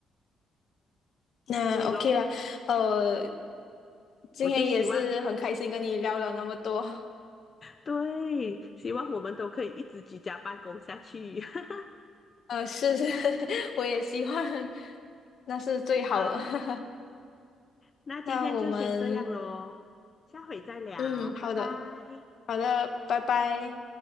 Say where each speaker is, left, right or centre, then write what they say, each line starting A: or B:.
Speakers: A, on the left (about 60°); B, on the left (about 35°).
A: 那
B: 所以咯，
A: OK 了，呃，今天也是很开心跟你聊了那么多，
B: 我就希望，对，希望我们都可以一直居家办公下去。<laughs>
A: 呃，是，是 <laughs> 我也希望那是最好的。
B: 好，
A: <laughs>
B: 那今天就先这样咯，
A: 那我们，
B: 下回再聊，
A: 嗯，好的，
B: 拜拜。
A: 好的，拜拜。